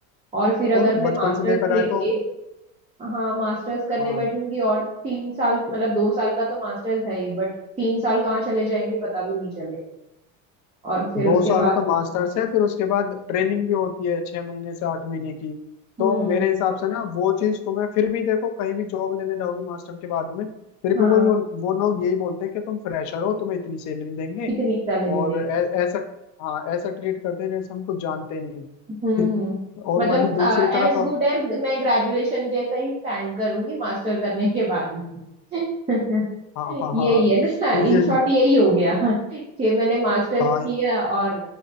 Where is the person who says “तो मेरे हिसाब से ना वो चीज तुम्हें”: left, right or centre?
Left